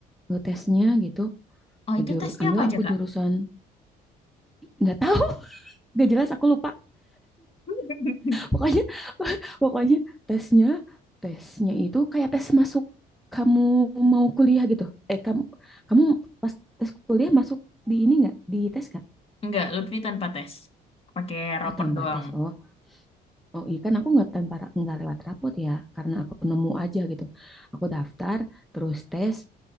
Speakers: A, in the centre; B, on the left (about 35°).
A: eh, tesnya gitu
B: Oh itu
A: juru
B: tesnya
A: ambil
B: apa aja
A: aku
B: kak?
A: jurusan nggak tahu <laughs> nggak jelas aku lupa
B: <laughs>
A: Pokoknya <laughs> pokoknya tesnya tesnya itu kayak tes masuk kamu mau kuliah gitu. Eh kamu kamu pas tes kuliah masuk di ini nggak di tes nggak?
B: Enggak, Lutfi tanpa tes. Pakai rapor
A: Oh tanpa
B: doang.
A: tes. Oh oh iya kan aku nggak tanpa nggak lewat rapot ya karena aku nemu aja gitu. Aku daftar terus tes